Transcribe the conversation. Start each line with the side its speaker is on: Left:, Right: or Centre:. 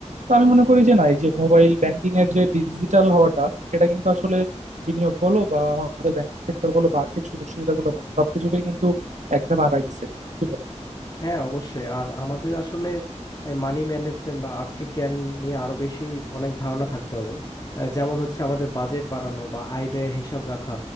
Right: তো আমি মনে করি যে না এই যে মোবাইল ব্যাংকিং এর যে ডিজিটাল হওয়াটা এটা কিন্তু আসলে বিনিয়োগ বলো বা আমাদের ব্যাংকিং সেক্টর বলো বা আর্থিক সুযোগ সুবিধাগুলো বলো সবকিছুকে কিন্তু এক ধাপ আগায় দিচ্ছে কি বলো
Left: হ্যাঁ অবশ্যই আর আমাদের আসলে মানি ম্যানেজমেন্ট বা আর্থিক জ্ঞান নিয়ে আরো বেশি অনেক ধারণা থাকতে হবে আহ, যেমন হচ্ছে আমাদের বাজেট বানানো বা আয় ব্যয়ের হিসাব রাখা